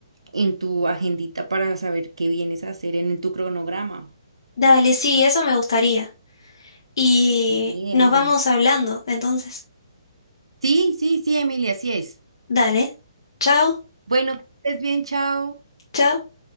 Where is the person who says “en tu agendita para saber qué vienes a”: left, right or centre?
Right